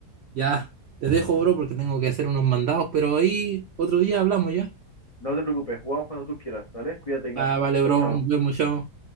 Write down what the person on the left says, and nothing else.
No te preocupes, jugamos cuando tú quieras, ¿vale? Cuídate, Ignacio.
Chao, chao.